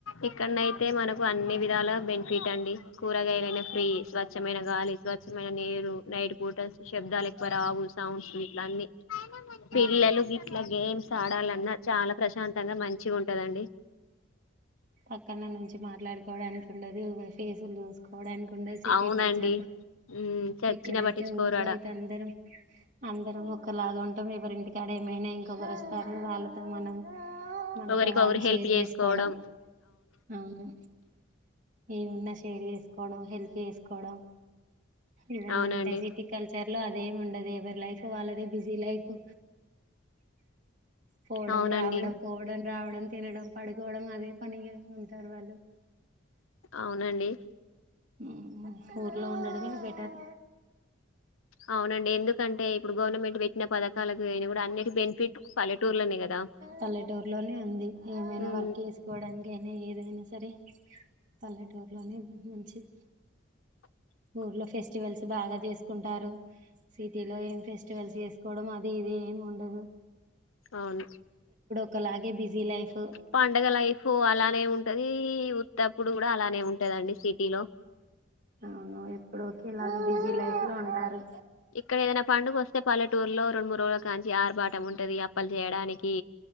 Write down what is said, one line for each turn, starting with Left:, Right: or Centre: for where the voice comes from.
Left: ఇక్ కనైతే మనకు అన్ని విధాల బెనిఫిట్ అండి. కూరగాయలైన ఫ్రీ స్వచ్ఛమైన గాలి స్వచ్చమైన నీరు నైట్ పూట షు శబ్దాలు ఎక్కువ రావు. ఇట్ ఇట్లా అన్ని పిల్లలు
Right: ఆ
Left: గిట్లా గేమ్స్ ఆడాలన్నా చాలా ప్రశాంతంగా మంచుగ్ ఉంటాదండి.
Right: పక్కన నుంచి మాట్లాడుకోవడానికి ఉండదు. ఓ ఫేసులు జుస్ కోవడానికి ఉండదు సిటీ
Left: అవునండి
Right: కల్చర్ లో
Left: మ్మ్ చచ్చిన
Right: ఇక్కడైతే
Left: పట్టించుకోరాడ
Right: ఊర్లో అయితే అందరం. అందరం ఒక లాగ్ ఉంటాం. ఎవరి ఇంటికాడ ఏమైనా ఇంకొకరు వస్తారు వాళ్ళతో మనం మనతో
Left: ఒకరికొకరు
Right: వాళ్ళు
Left: హెల్ప్
Right: షేర్
Left: చేసుకోవడం
Right: జేసుకోవడం అవును ఏవున్నా షేర్ జేసుకోడం హెల్ప్ ఏసుకోడం. ఇవన్నీ
Left: అవునండి
Right: ఉంటాయ్ సిటీ కల్చర్ లో అదేమి ఉండదు. ఎవరి లైఫ్ వాళ్ళదే బిజీ లైఫు. పోవడం
Left: అవునండి
Right: రావడం, పోవడం రావడం, తినడం పడుకోవడం అదేప్ పనిగా ఉంటారు వాళ్ళు
Left: అవునండి.
Right: హుమ్ ఊర్లో ఉండమే బెటర్
Left: అవునండి. ఎందుకంటే ఇప్పుడు గవర్నమెంట్ బెట్టనా పథకలకు నేను కూడా అన్నిటి బెనిఫిట్ పల్లెటూర్లోనే కదా
Right: పల్లెటూరులోనే ఉంది. ఏమైనా
Left: మ్మ్
Right: వర్క్ ఏసుకోడానికి గనే ఏదైనా సరే పల్లెటూరులోనే మంచిది.
Left: <inaudible>
Right: ఊర్లో ఫెస్టివల్స్ బాగా జేసుకుంటారు. సిటీలో ఏం ఫెస్టివల్స్ జేసుకోవడం అది ఇది. ఏముండదు.
Left: అవున్
Right: కోలాగే బిజీ లైఫు
Left: పండుగ లైఫు అలానే ఉంటది. ఉత్తప్పుడు కూడా అలానే ఉంటదండి సిటీలో. <inaudible>
Right: అవును ఎప్పుడు ఒకే లాగా బిజీ లైఫ్ లో ఉంటారు.
Left: ఇక్కడ ఏదైనా పండుగొస్తే పల్లెటూరు లో రెండు మూడు రోజుల కాంచి ఆరుబాట ఉన్ టది అప్పలు జేయడానికి